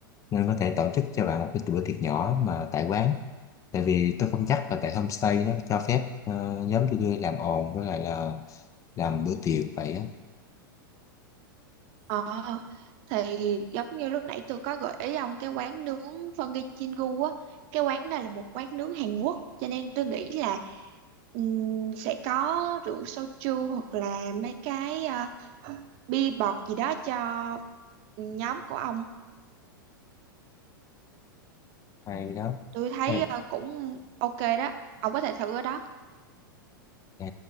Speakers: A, on the left (about 25°); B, on the right (about 50°).
A: nên có thể tổ chức cho bạn một cái bữa tiệc nhỏ mà tại quán tại vì tôi không chắc là tại homestay nó cho phép ờ, nhóm tụi tôi làm ồn với lại là làm bữa tiệc vậy á
B: ờ thì giống như lúc nãy tôi có gợi ý ông cái quán nướng Funky Chingu á cái quán này là một quán nướng Hàn Quốc cho nên tôi nghĩ là ừm, sẽ có rượu soju hoặc là mấy cái ờ, bia bọt gì đó cho nhóm của ông
A: hay đó
B: tôi thấy
A: Ê,
B: ờ, cũng ok đó ông có thể thử ở đó
A: à,